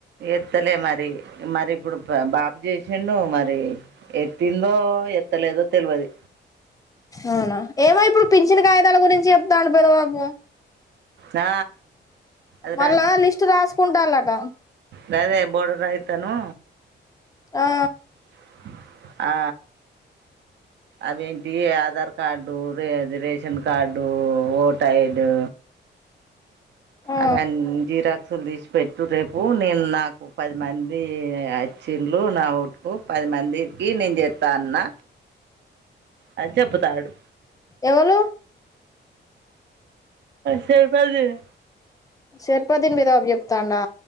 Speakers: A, on the right; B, on the left.
A: ఎత్తలే మరి మరి ఇప్పుడు బాప్ చేసిండు మరి ఎత్తిందో ఎ త్త లేదో తెలివది
B: అవునా ఏమో ఇప్పుడు పించని కాగిదాల గురించి చెప్తాను పెద బాబు
A: ఆ అది
B: మళ్ళా లిస్ట్ రాసుకుంటాలటా
A: దాదే బోర్ యితను
B: ఆ
A: <inaudible> ఆ అవేంటి ఆధార్ కార్డు రే రేషన్ కార్డు ఓట్ ఐడు
B: ఆ
A: అవన్ని జీరా సుదీష్ పెట్ చటు రేపు నేను నాకు పది మంది వచ్చిండ్లు నా ఓటు కి పది మందికి నేను చేస్తా అన్న అని చెబతాడు
B: ఎవరు
A: స పజ
B: శర్ప దీని మీద చెప్తాండా